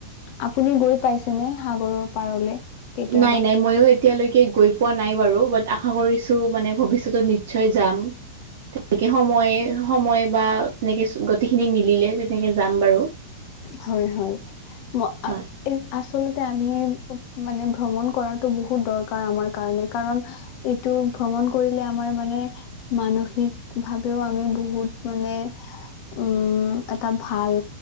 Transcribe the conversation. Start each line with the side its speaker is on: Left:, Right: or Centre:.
Left: আপুনি গৈ পাইছেনে সাগৰৰ পাৰলে? কেতিয়াবা
Right: নাই, নাই, ময়ো এতিয়ালৈকে গৈ পোৱা নাই বাৰু বাত আশা কৰিছোঁ মানে ভৱিষ্যতে নি নিশ্চয় যাম। তেনেকে সময় সময় বা তেনেকে গতিখিনি মিলিলে তেনেকে যাম বাৰু।
Left: হয়, হয়, ম
Right: হয়।
Left: আচলতে আমি মানে ভ্ৰমণ কৰাটো বহুত দৰকাৰ আমাৰ কাৰণে। কাৰণ এইটো ভ্ৰমণ কৰিলে আমাৰ মানে মানসিক। ভাবেও আমি বহুত মানে। উম, এটা ভাল